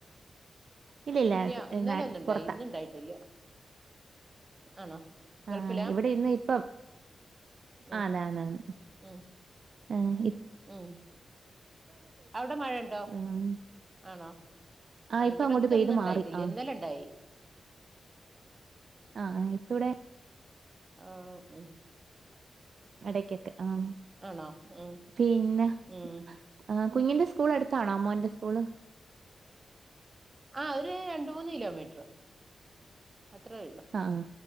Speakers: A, on the right; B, on the right.
A: ഇല്ലില്ല
B: ഇല്ല്യാ
A: സ്-
B: ഇന്നല
A: ന-
B: ഒന്ന്ണ്ടായി
A: പുറത്താ
B: ഇന്ന്ണ്ടായിട്ടല്ല ആണോ ഗൾഫിലാ
A: ആഹ് ഇവിടെ ഇന്ന് ഇപ്പം
B: ഉം
A: ആതന്നന്ന്
B: ഉം
A: ആഹ് ഇ
B: ഉം അവിടെ മഴ ഉണ്ടോ
A: ഉം
B: ആണോ ആഹ്
A: ഇപ്പൊ
B: ഇവിടൊക്കെന്ന്
A: അങ്ങോട്ട് പെയ്ത്
B: ഇണ്ടായിട്ടില്ല
A: മാറി ആഹ്
B: ഇ
A: ആഹ് ഇപ്പവ്ടെ
B: ആ ഉം
A: ഇടക്കൊക്കെ ആഹ്
B: ആണോ ഉം
A: പിന്നെ
B: ഉം
A: ആഹ് കുഞ്ഞിന്റെ സ്കൂൾ എടുത്താണോ മോന്റെ സ്കൂള്
B: ആഹ് ഒരു രണ്ട് മൂന്ന് കിലോമീറ്റർ അത്രേ ഉള്ളൂ
A: ആഹ്